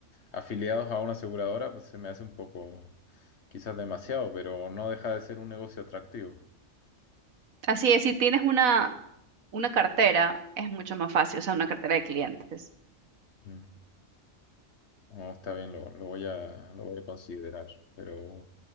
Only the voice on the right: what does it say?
Así es, si tienes una, una cartera, es mucho más fácil, o sea, una cartera de clientes.